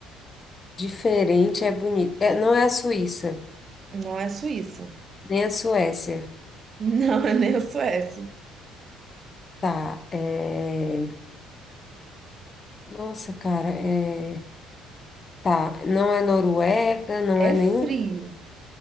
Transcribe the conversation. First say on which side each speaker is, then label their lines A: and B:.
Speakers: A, on the left; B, on the right.
A: Diferente é bonito. É, não é a Suíça,
B: Não é Suíça.
A: nem a Suécia.
B: Não <laughs> é nem a Suécia.
A: Tá. é, Nossa, cara. é, Tá. Não é Noruega, não
B: É
A: é
B: frio.
A: nenhum.